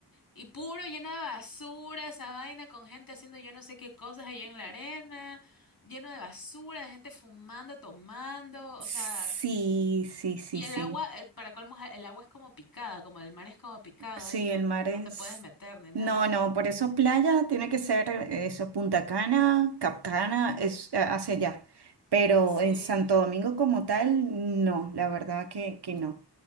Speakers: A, on the left; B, on the right.
A: Y puro lleno de basura, esa vaina con gente haciendo yo no sé qué cosas allí en la arena, lleno de basura, de gente fumando, tomando, o
B: sí,
A: sea,
B: sí, sí,
A: y el
B: sí.
A: agua, eh, para colmo, el agua es como picada, como el mar es como picado
B: Sí,
A: y no,
B: el
A: no,
B: mar
A: no
B: es...
A: te puedes meter ni nada.
B: No, no, por eso playa tiene que ser eh, eso, Punta Cana, Cap Cana es a- hacia allá. Pero
A: Sí,
B: en Santo Domingo como tal, no, la verdad que, que no.